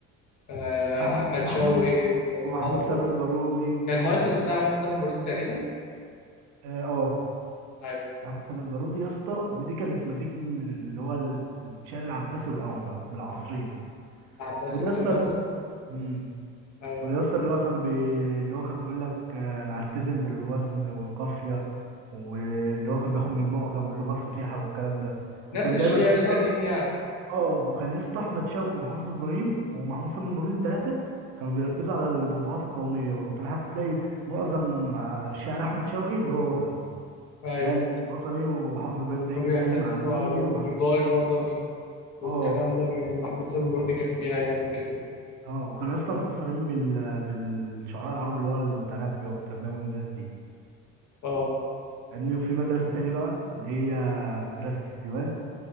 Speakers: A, on the left; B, on the right.
A: آه،
B: محمود
A: أحمد شوقي
B: محمود
A: وإبراهيم
B: ومحمود
A: حافظ
B: سامي البارودي واه
A: كان المؤسس بتاعه محمد سلام البارودي تقريبا
B: اه آه،
A: ايوه
B: احمد سامي البارودي يا اسطى ودي كانت مزيج من اللي هو ال- الشعر العباسي والقومي من العصرين
A: العباسي
B: وده
A: والاموي
B: يا اسطى امم
A: ايوه
B: وده يا اسطى اللي هو كان بي... اللي هو كان بيقول لك آه، انا هلتزم بالوزن والقافيه واللي هو كان بياخد من المعجم واللغه الفصيحه والكلام ده وكان
A: نفس الشعر
B: دايما يا اسطى
A: القديم يعني
B: اه وكان يا اسطى احمد شوقي وحافظ ابراهيم ومحمود سامي البارودي الثلاثه كانوا بيركزوا على الموضوعات القوميه والوطنيه حتى تلاقي معظم آه، شعر احمد شوقي اللي هو وطني
A: ايوه
B: فاهم وطني وحافظ ابراهيم تلاقيه
A: كانوا
B: بيتكلم
A: بيحسوا
B: عن النيل
A: على النضال
B: ومع...
A: الوطني والكلام
B: اه
A: ده بما ان محمد سلام البارودي كان فيها يعني وكده
B: اه وكانوا يا اسطى متأثرين بال... بالشعراء العرب اللي هو المتنبي وابو تمام والناس دي
A: اه
B: فاهمني وفي مدرسة تاني بقى اللي هي مدرسة الديوان